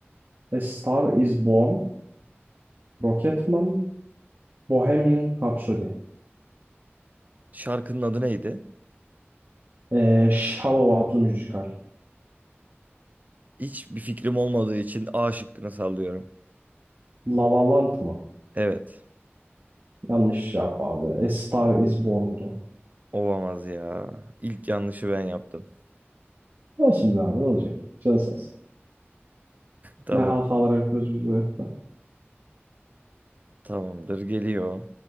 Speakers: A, on the right; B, on the right.
A: A Star Is Born, Rocketman, Bohemian Rhapsody.
B: Şarkının adı neydi?
A: Ee, Shallow adlı müzikal.
B: Hiçbir fikrim olmadığı için A şıkkını sallıyorum.
A: La La Land mı?
B: Evet.
A: Yanlış cevap abi. A Star Is Born'du.
B: Olamaz ya. İlk yanlışı ben yaptım.
A: Olsun be abi ne olacak? Canı sağ olsun.
B: Tamam.
A: Ne hatalar yapıyoruz biz bu hayatta.
B: Tamamdır. Geliyor.